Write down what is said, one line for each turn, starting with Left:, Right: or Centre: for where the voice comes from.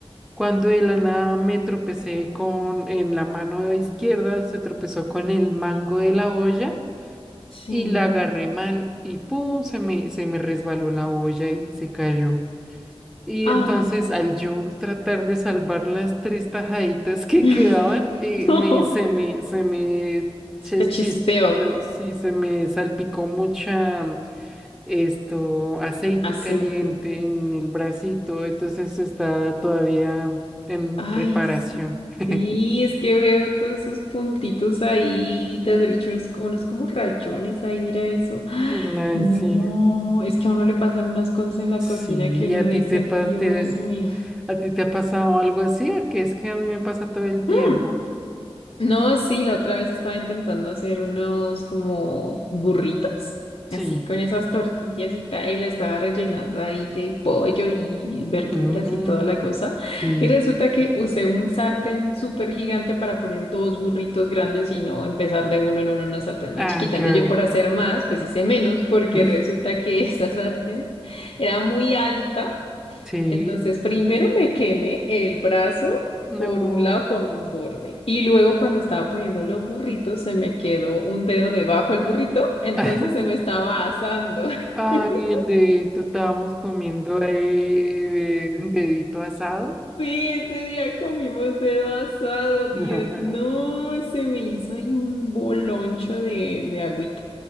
Centre: Cuando de la nada me tropecé con, en la mano izquierda, se tropezó con el mango de la olla
Left: Sí.
Centre: y la agarré mal y pum, se me, se me resbaló la olla y se cayó. Y
Left: Ay,
Centre: entonces al yo tratar de salvar las tres tajaditas <laughs> que
Left: <laughs>
Centre: quedaban, eh,
Left: no.
Centre: me, se me, se me
Left: Se
Centre: ches-
Left: te chispeó
Centre: chispeó, sí, se me salpicó mucha mm, esto, aceite
Left: aceite.
Centre: caliente en el bracito, entonces está todavía en
Left: Ay,
Centre: reparación. <laughs>
Left: Sí, es que veo todos esos puntitos ahí, desde el hecho unos, unos como rayones ahí, mira eso. <gasps> ¡Ah!
Centre: Ay,
Left: No,
Centre: sí.
Left: es que a uno le pasan unas cosas en la
Centre: Sí,
Left: cocina que uno
Centre: ¿a
Left: dice,
Centre: ti te, pa-
Left: Dios
Centre: te-
Left: mío.
Centre: <laughs> a ti te ha pasado algo así? Porque es que a mí me pasa todo el
Left: <laughs>
Centre: tiempo.
Left: Mm. No, sí, la otra vez estaba intentando hacer unos como burritos,
Centre: Sí.
Left: así con esas tortillas y tal, y la estaba rellenando ahí de pollo y verduras
Centre: Mm,
Left: y toda la cosa.
Centre: sí.
Left: Y resulta que usé un sartén súper gigante para poner dos burritos grandes y no empezar de uno en uno en una sartén más
Centre: Ah,
Left: chiquita.
Centre: claro.
Left: Entonces yo por hacer más, pues hice menos, porque
Centre: <laughs>
Left: resulta que <laughs> esa sartén era muy alta.
Centre: Sí.
Left: Entonces, primero me quemé el brazo
Centre: No.
Left: por un lado con un borde y luego cuando estaba poniendo los burritos se me quedó un dedo debajo del burrito, entonces
Centre: <laughs>
Left: se me estaba asando.
Centre: Ay,
Left: <laughs>
Centre: el dedito, estábamos comiendo ahí eh, dedito asado.
Left: Sí, ese día comimos dedo asado, Dios,
Centre: <laughs>
Left: no, se me hizo ahí un boloncho de, de agüita,